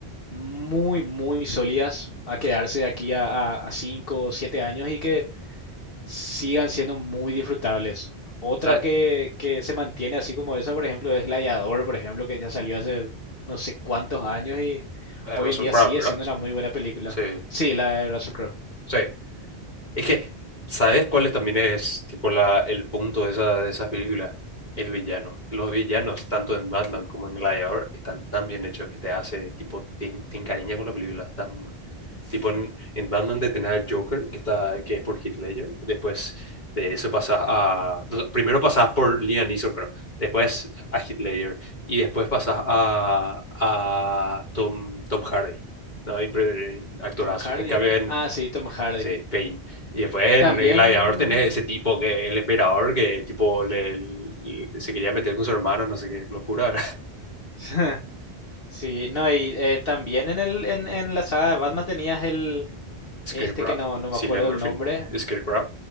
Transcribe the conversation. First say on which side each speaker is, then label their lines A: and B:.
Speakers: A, on the left; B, on the left.
A: muy, muy sólidas a quedarse de aquí a, 5 o 7 años y que sigan siendo muy disfrutables. Otra
B: O sea,
A: que, que se mantiene así como esa, por ejemplo, es Gladiador, por ejemplo, que ya salió hace no sé cuántos años y
B: eh,
A: hoy
B: Russell
A: en día
B: Crowe,
A: sigue
B: ¿verdad?
A: siendo una muy buena película.
B: Sí.
A: Sí, la de Russell Crowe.
B: Sí. Es que, ¿sabes cuál también es tipo la, el punto de esa, de esas películas? El villano. Los villanos, tanto en Batman como en Gladiator, están tan bien hechos que te hace, tipo, te, te encariña con la película. Están Tipo en, en Batman de tener al Joker, que, está, que es por Heath Ledger. Después de eso pasas a... Primero pasas por Liam Neeson, creo. Después a Heath Ledger. Y después pasas a, a Tom, Tom Hardy. ¿no? Actorazo.
A: ¿Tom Hardy
B: En cambio
A: era?
B: en...
A: Ah, sí, Tom Hardy.
B: Sí, Pain. Y después
A: También...
B: en el Gladiador tenés ese tipo que el emperador que tipo le, le- se quería meter con su hermana, no sé qué locura.
A: <laughs> Sí, no, y eh, también en, el, en, en la saga de Batman tenías el...
B: <laughs> Scarecrow.
A: Este que no, no
B: Cillian
A: me acuerdo
B: Murphy.
A: el nombre,
B: Scarecrow.